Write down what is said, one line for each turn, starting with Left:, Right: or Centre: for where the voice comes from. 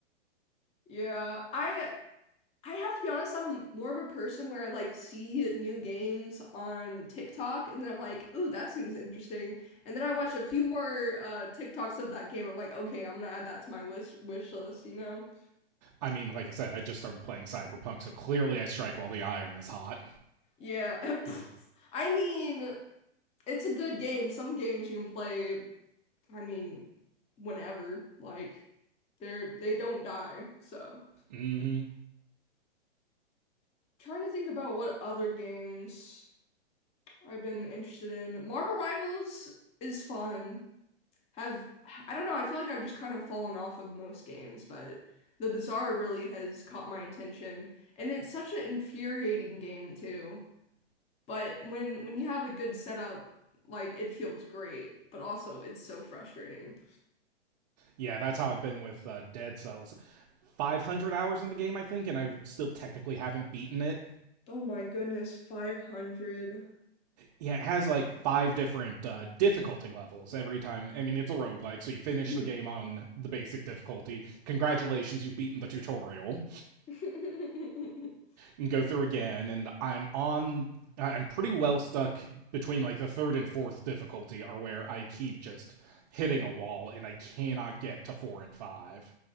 Left: Yeah, I I have to be honest, I'm more of a person where I like see new games on TikTok and then I'm like, ooh, that seems interesting. And then I watch a few more uh TikToks of that game. I'm like, okay, I'm gonna add that to my wish wish list, you know?
Right: i mean like i said i just started playing cyberpunk so clearly i strike while the iron is hot
Left: Yeah. <laughs> I mean, it's a good game. Some games you can play, I mean, whenever. Like they're they don't die. So
Right: mm-hmm
Left: trying to think about what other games I've been interested in. Marvel Rivals is fun. have I don't know, I feel like I've just kind of fallen off of most games, but The Bazaar really has caught my attention. And it's such an infuriating game too. But when when you have a good setup, like it feels great, but also it's so frustrating.
Right: yeah that's how i've been with uh, dead cells 500 hours in the game i think and i still technically haven't beaten it
Left: Oh my goodness, 500.
Right: yeah, it has like five different uh, difficulty levels every time. I mean, it's a roguelike, so you finish
Left: Mm-hmm.
Right: the game on the basic difficulty. Congratulations, you've beaten the tutorial.
Left: <laughs>
Right: And go through again, and I'm on. I- I'm pretty well stuck between like the third and fourth difficulty, are where I keep just hitting a wall and I cannot get to four and five.